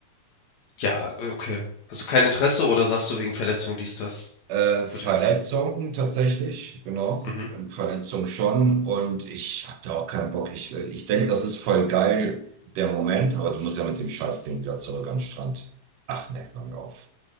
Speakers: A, on the left (about 70°); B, on the right (about 75°).
A: Ja, äh, okay. Also kein Interesse oder sagst du wegen Verletzung dies, das?
B: Äh, Verletzungen
A: Potenziell.
B: tatsächlich, genau.
A: Mhm.
B: Ähm, Verletzungen schon. Und ich hab da auch keinen Bock. Ich, äh, ich denke, das ist voll geil, der Moment, aber du musst ja mit dem Scheißding wieder zurück an den Strand. Ach ne, hör mir auf.